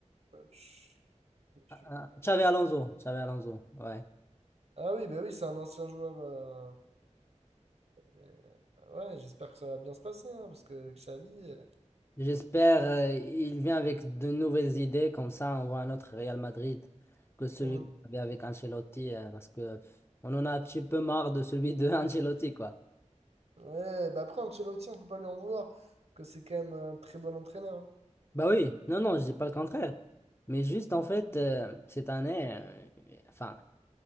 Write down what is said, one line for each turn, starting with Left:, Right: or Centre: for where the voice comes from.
Right: coach. monsieur-
Left: Ah, ah, Xavi Alonso. Xavi Alonso, ouais.
Right: Ah oui, ben oui, c'est un ancien joueur. euh, euh, ouais, j'espère que ça va bien se passer, hein, parce que Xavi. euh,
Left: J'espère euh, il vient avec de nouvelles idées, comme ça on voit un autre Real Madrid que celui
Right: hein.
Left: qu'on avait avec Ancelotti, euh, parce que on en a un petit peu marre de celui de <laughs> Ancelotti, quoi.
Right: Ouais, bah après, Ancelotti, on peut pas lui en vouloir, parce que c'est quand même un très bon entraîneur. hein.
Left: Bah oui, non, non, je dis pas le contraire. Mais juste en fait, euh, cette année, euh, enfin,